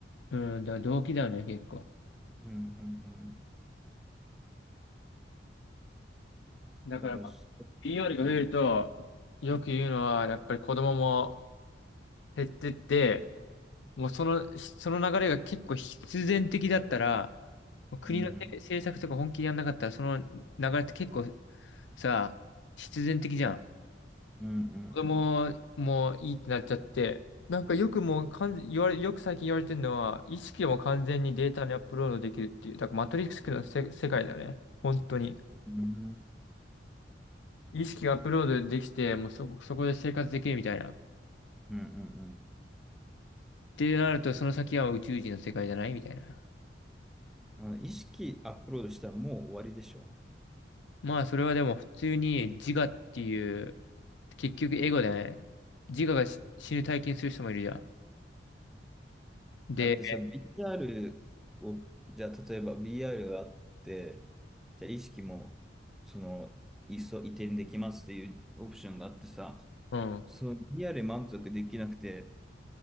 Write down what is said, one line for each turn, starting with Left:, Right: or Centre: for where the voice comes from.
Left: うん、だから動機だよね、結構。
Centre: うんうんうん。
Left: だから、
Centre: だからそ、
Left: まあ、PR が増えると、
Centre: うん、
Left: よく言うのは、やっぱり子供も減ってって、もうその、その流れが結構必然的だったら、もう国の政政策とか本気でやんなかったら、
Centre: うん
Left: その流れって結構さ、必然的じゃん。
Centre: うんうん。
Left: 子供もいいってなっちゃって、なんかよくもう完全、言われ、よく最近言われてるのは、意識も完全にデータにアップロードできるっていう、だからマトリックスの世、世界だよね。本当に。
Centre: うん
Left: 意識がアップロードできて、もうそこ、そこで生活できるみたいな。っ
Centre: うんうん。
Left: てなると、その先は宇宙人の世界じゃないみたいな。
Centre: あの意識アップロードしたらもう終わりでしょ。
Left: まあ、それはでも普通に自我っていう、結局エゴだよね。自我がし死ぬ体験する人もいるじゃん。で、
Centre: だってさ、VR を、じゃあ例えば VR があって、じゃあ意識も、その、いっそ移転できますっていうオプションがあってさ、
Left: うん。
Centre: そう、VR 満足できなくて、